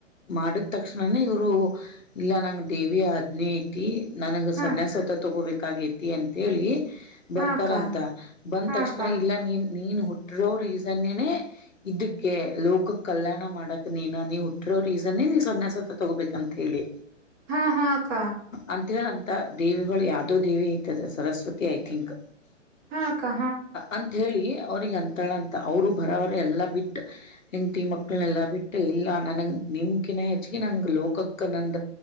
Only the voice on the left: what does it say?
ಮಾಡಿದ್ ತಕ್ಷಣನ ಇವರು ಇಲ್ಲ ನಂಗ ದೇವಿಯ ಅದನೇ ಐತಿ ನನಗ
ಸನ್ಯಾಸತ್ತ ತಗೋಬೇಕಾಗೈತಿ ಅಂತ ಹೇಳಿ ಬರ್ತಾರಂತ
ಬಂದ
ತಕ್ಷಣ
ಇಲ್ಲ ನೀನ್ ನೀನ್ ಹುಟ್ಟಿರೋ ರೀಸನ್ ಏನೇ ಇದಕ್ಕೆ ಲೋಕ ಕಲ್ಯಾಣ ಮಾಡಕ್ ನೀನ ನೀ ಹುಟ್ಟ ರೀಸನ್ ಏನೇ ನೀವು ಸನ್ಯಾಸ ತಗೋಬೇಕ ಅಂತ ಹೇಳಿ
ಅಂತ ಹೇಳ ಅಂತ ದೇವಿಗಳು ಯಾವ್ದೋ ದೇವಿ ಇತದ ಸರಸ್ವತಿ ಐ ತಿಂಕ್
ಅಂತ ಹೇಳಿ ಅವ್ರಿಗೆ ಅಂತಾಳ ಅಂತ ಅವರು ಬರೋವರ ಎಲ್ಲ ಬಿಟ್ಟು ಹೆಂಗ್ತಿ ಮಕ್ಕಳನೆಲ್ಲ ಬಿಟ್ಟು ಇಲ್ಲ ನನಗೆ ನಿಮ್ಮ್ಕಿನ್ನ ಹೆಚ್ಚಿಗೆ ನಾಗ್ ಲೋಕಕ್ಕ ನಂದ